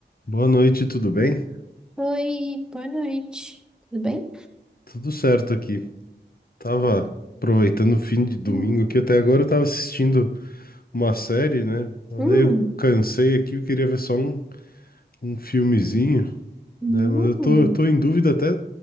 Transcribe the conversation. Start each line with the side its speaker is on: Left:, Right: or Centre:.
Left: Boa noite, tudo bem?
Centre: Oi, boa noite. Tudo bem?
Left: Tudo certo aqui. Tava aproveitando o fim de domingo
Centre: Hum,
Left: aqui, até agora eu tava assistindo uma série, né? Mas
Centre: hum,
Left: aí eu cansei aqui, eu queria ver só um, um filmezinho,
Centre: hum,
Left: né? Mas eu tô, eu tô em dúvida até